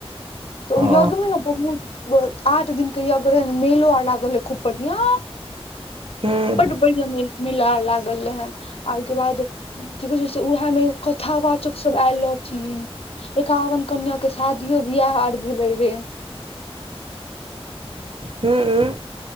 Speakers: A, on the left; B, on the right.
A: त यज्ञमे
B: ओ
A: ने बहुत आठ दिन के यज्ञ रहै मेलो आर लागल रहेय खूब बढ़िया
B: हूं
A: बड बढ़िया मेला मेला लागल रहे आ ओहिके बाद की कहे छै से उएह मे कथा वाचक सब आयल रहथिन एकावन कन्या के शादियो बियाह आर भेले रे
B: हूं हूं